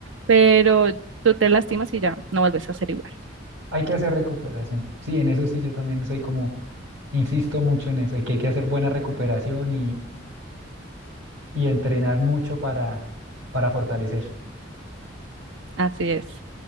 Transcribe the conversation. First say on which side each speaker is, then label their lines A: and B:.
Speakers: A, on the right; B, on the right.
A: pero tú te lastimas y ya no vuelves a ser igual.
B: Hay que hacer recuperación. Sí, en eso sí, yo también soy como, insisto mucho en eso, de que hay que hacer buena recuperación y, y entrenar mucho para, para fortalecer.
A: Así es.